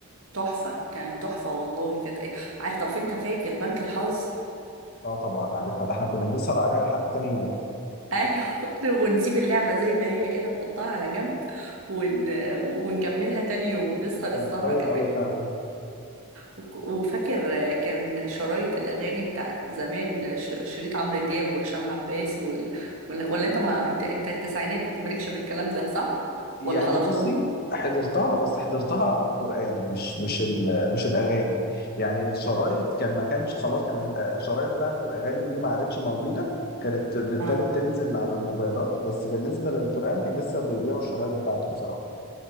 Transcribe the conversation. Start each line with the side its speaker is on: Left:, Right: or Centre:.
Right: تحفة كانت تحفة والله كانت ايه عارف طب انت فاكر بنك الحظ
Left: اه طبعا عارفها ده احنا كنا بنسهر عليها لحد تاني يوم
Right: ايوه <laughs> ونسيب اللعبة زي ما هي كده نحطها على جنب ون... ونكملها تاني يوم نسهر
Left: لا،
Right: السهرة
Left: بتطول
Right: كمان
Left: قوي فعلا
Right: وك- وفاكر كان شرايط الأغاني بتاعت زمان ش... شريط عمرو دياب وهشام عباس وال... ولا... ولا انت مع... انت انت التسعينات انت مالكش في الكلام ده صح؟
Left: يعني
Right: ولا حضرتهم؟
Left: بصي حضرتها بس حضرتها على القرآن مش مش ال- مش الأغاني يعني الشرايط كان ما كانش خلاص كان الشرايط بتاعت الأغاني دي ما عادتش موجودة كانت ابتدت
Right: آه.
Left: تنزل على الموبايلات بس بالنسبة للقرآن كان لسه بيبيعوا الشرايط بتاعته بصراحة